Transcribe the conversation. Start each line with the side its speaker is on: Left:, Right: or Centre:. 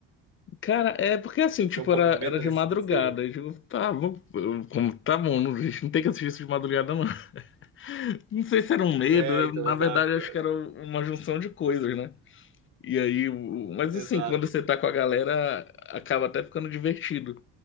Left: Cara, é porque assim,
Right: Você
Left: tipo,
Right: tem um pouco
Left: era,
Right: de medo
Left: era de
Right: nesse,
Left: madrugada.
Right: desse...
Left: Eu digo, tá, vou, eu- como, tá bom, não- a gente não tem que assistir isso de madrugada, não. <laughs> Não sei se era um medo,
Right: É,
Left: eu-
Right: então,
Left: na
Right: exato,
Left: verdade,
Right: cara.
Left: acho que era uma junção de coisas, né? E aí, o- mas
Right: Exato.
Left: assim, quando você tá com a galera, acaba até ficando divertido.